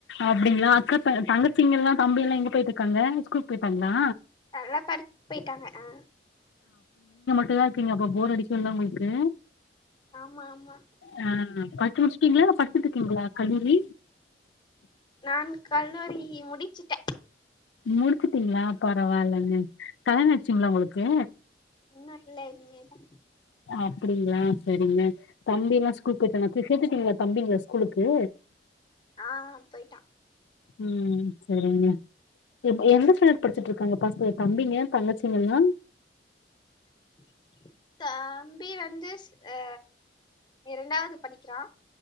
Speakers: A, on the left; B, on the left.
A: அப்டிங்ளா அக்கா த தங்கச்சிங்கெல்லா தம்பி எல்லா எங்க போயிட்டுருக்காங்க ஸ்கூல் போயிட்டாங்ளா
B: எல்லா படத்துக் போயிட்டாங்க அ
A: தன்யா இருக்கீங்க அப்போ போர் அடிக்கோல உங்குளுக்கு
B: ஆமா ஆமா
A: ஆ படிச்சு முடிச்சுடீங்ளா படிச்சிட்டுருக்கீங்ளா கல்லூரி
B: நான் கல்லூரி முடிச்சுட்டே
A: முடிச்சிட்டீங்ளா பரவாலங்க கல்யாண ஆயிடுச்சுங்களா உங்குளுக்கு
B: உன்னோ இல்ல இனிமேதா
A: அப்டிங்ளா செரிங்க தம்பிலா ஸ்கூல் போய்டானா <unintelligible> சேத்துடீங்ளா தம்பிங்ல ஸ்கூலுக் கே
B: ஆ போயிட்டா
A: உம் செரிங்க எப் எந்த ஸ்டாண்டர்ட் படிச்சிட்டுருக்காங்க பஸ்க தம்பிங்க தங்கச்சிங்க எல்லா
B: <inaudible> தம்பி வந்து சிஸ் ஆ இரண்டாவது படிக்றா